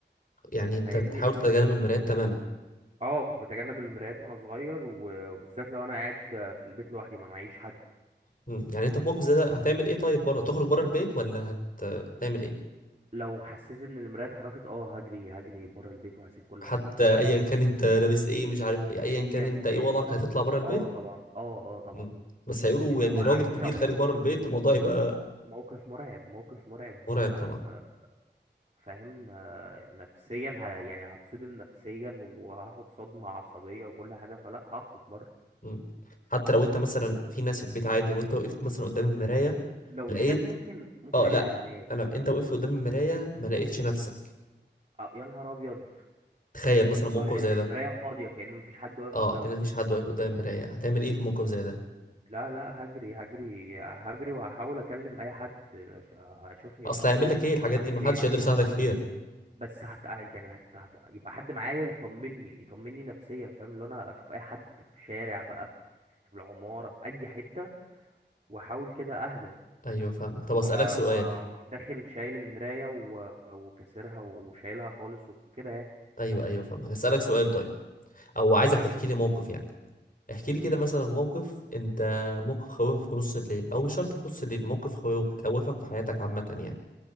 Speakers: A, on the left; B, on the right.
A: يعني انت
B: فاهمني
A: بتحاول تتجنب المرايات تماما
B: اه كنت بتجنب المرايات وانا صغير و- وبالذات لو انا قاعد في البيت لوحدي ما معيش حد
A: مم. يعني انت في موقف زي ده هتعمل ايه طيب بره تخرج بره البيت ولا هت... هتعمل ايه
B: لو حسيت ان المرايه اتحركت اه هجري هجري بره البيت وهسيب كل
A: حتى
B: حاجه في البيت
A: ايا كان انت لابس ايه مش عارف ايه ايا
B: وايا
A: كان انت ايه
B: كان
A: وضعك هتطلع بره البيت
B: اه طبعا اه اه طبعا
A: مم. بس هيقولوا
B: لان
A: يعني
B: هو
A: راجل
B: على
A: كبير
B: فكره موقف
A: خارج بره البيت الموضوع يبقى
B: موقف مرعب موقف مرعب
A: مرعب
B: آه،
A: طبعا
B: فاهم آه، نفسيا ه... يعني هتصدم نفسيا وهاخد صدمة عصبية وكل حاجة فلا هخرج بره
A: مم. حتى لو انت مثلا في ناس في البيت عادي وانت وقفت مثلا قدام المرايه
B: لو
A: لقيت
B: في ناس ممكن ممكن
A: اه
B: اجري
A: لا
B: على الناس
A: انا انت وقفت قدام المرايه ما لقيتش نفسك
B: آه، يا نهار ابيض
A: تخيل مثلا
B: اللي
A: موقف
B: هو ال-
A: زي ده
B: المراية فاضية كأن مفيش حد واقف
A: اه
B: قدامها
A: كان مفيش حد واقف قدام المرايه هتعمل ايه في موقف زي ده
B: لا لا هجري هجري هجري وهحاول اكلم اي حد أش- اشوفني
A: اصل
B: رحت
A: هيعمل
B: فين
A: لك
B: انا
A: ايه الحاجات
B: ما انا
A: دي
B: شايفني
A: ما حدش يقدر يساعدك فيها
B: بس هت يعني هت... هت... يبقى حد معايا يطمني يطمني نفسيا فاهم اللي انا اشوف اي حد في شارع بقى في العمارة في اي حتة واحاول كده اهدى
A: ايوه فاهمك طب
B: و-
A: اسالك سؤال
B: واروح داخل شايل المراية و- وكسرها وشايلها خالص وكده يعني
A: ايوه ايوه فاهمك اسالك سؤال طيب او عايزك
B: اسألني
A: تحكي لي موقف يعني احكي لي
B: مم.
A: كده مثلا موقف انت موقف خوفك في نص الليل او مش شرط في نص الليل موقف خوفك خوفك في حياتك عامه يعني